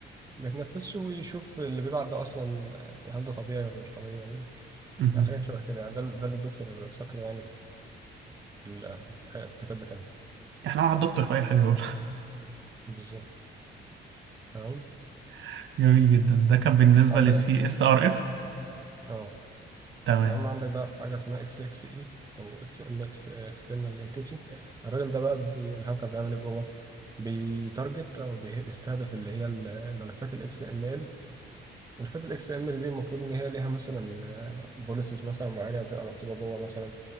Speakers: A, on the right; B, on the right.
A: ما يتنفذش ويشوف اللي بيبعت ده اصلا يعني هل ده طبيعي ولا مش طبيعي يعني
B: مهم.
A: يعني حاجات شبه كده يعني ده اللي- ده اللي الدكتور ذكره يعني في ال- في الحاجه في الكتاب بتاعه
B: احنا مع الدكتور في اي حاجه يقول
A: بالظبط تمام
B: <laughs> جميل جدا ده كان بالنسبه
A: عندك
B: للسي اس ار اف
A: اه
B: تمام
A: تمام عندك بقى حاجة اسمها اكس اكس اي او اكس ام اكس اكسترنال انتيتي الراجل ده بقى بي الهاكر بيعمل ايه جوه بيتارجت او بيه- بيستهدف اللي هي ال- الملفات الاكس ام ال ملفات الاكس ام ال دي المفروض ان هي ليها مثلا بوليسز مثلا معينة بتبقى مكتوبة جوه مثلا